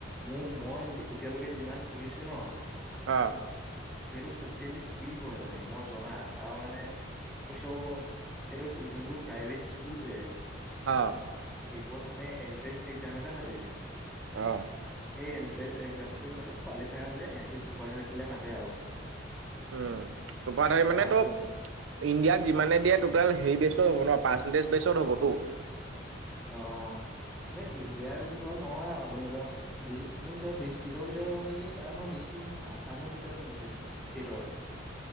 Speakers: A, in the centre; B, on the right.
A: মোৰ মই জ এতিয়ালৈকে যিমান শুনিছো ন।
B: অ‌।
A: সেইটো টোটেলি ফ্ৰী হয় মানে মই জনাত তাৰ মানে- এই চব, এইটো যোনবোৰ প্ৰাইভেট স্কুল যে-
B: অ।
A: এইবোৰত মানে এনট্ৰেন্স এক্সাম এটা পাতে।
B: অ।
A: সেই এনট্ৰেঞ্চ এক্সামটোত মানে কোৱালিফাই হ'লে ছুপাৰ থাৰ্টিলে মাতে আৰু।
B: উম চুপাৰ থাৰ্টি মানে
A: আমু
B: তো। ইণ্ডিয়াত যিমানে দিয়ে টোটেল হেৰি বেচত হ'ব ন, পাৰ্চেণ্টটেজ বেচত হ'বতো।
A: অ এ ইণ্ডিয়াৰ ভিতৰত নহয় আৰু, ধৰি ল। মোৰ চাগে ডিষ্ট্ৰিকৰ ভিতৰত হয় নেকি, অ নহয় ডিষ্ট্ৰিক নহয় আছামৰ ভিতৰত হ'ব চাগে, ষ্টেটৰ।